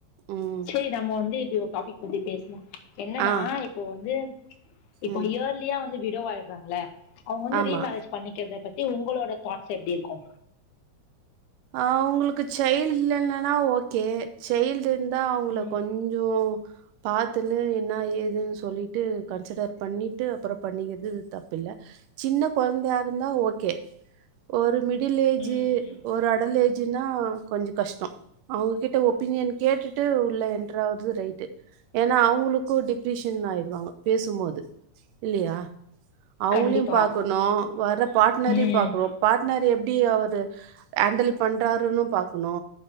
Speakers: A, on the right; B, on the left.
A: ம்
B: செரி நம்ம வந்து இப்டி ஒரு டாபிக் பத்தி பேசனு என்னன்னா
A: ஆ
B: இப்போ வந்து இப்போ
A: ம்
B: இயர் லியா வந்து விடோ ஆயிட்றாங்கல்ல அவுங்க வந்து
A: ஆமா
B: ரீமரேஜ் பண்ணிக்கிறத பத்தி உங்களோட தாட்ஸ் எப்டி இருக்கு
A: அவுங்களுக்கு சைல்டு இல்லனன்னா ஓகே சைல்டு இருந்தா அவுங்க
B: ம்
A: கொஞ் சோ பாத்துன்னு என்ன ஏதுன்னு சொல்லிட்டு கன்சிடர் பண்ணிட்டு அப்றோ பண்ணிக்கிறது இது தப்பில்ல சின்ன கொழந்தையா இருந்தா ஓகே ஒரு மிடில் ஏஜ்ஜி
B: ம் ம்
A: ஒரு அடல் ஏஜுனா கொஞ்சோ கஷ்டோ அவுங்க கிட்ட ஒப்பீனியன் கேட்டுட்டு உள்ள இன்டர்றாவது ரைட்டு ஏன்னா அவுங்களுக்கு டிப்ரிஷ்ன் ஆயடுவாங்க பேசும்போது இல்லியா அவுங்களியு
B: கண்டிப்பா
A: பாக்குணு வர்ற பாட்னரையு
B: ம்
A: பாக்கணோ பாட்னர் எப்டி அவரு ஹேண்டல் பண்ணுறாருன்னு பாக்குணு